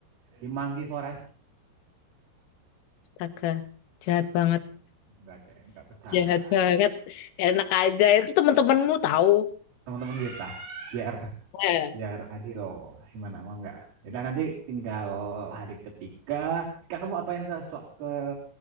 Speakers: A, on the right; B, on the left.
A: di Manggi Forest.
B: astaga, jahat banget,
A: nggak ada, enggak bercanda.
B: jahat banget. Enak aja, itu teman-temanmu tahu.
A: Teman-teman kita biar
B: Nah,
A: biar adil gimana mau nggak? Ya nanti tinggal hari ketiga. Ketika kamu apain ke sua- ke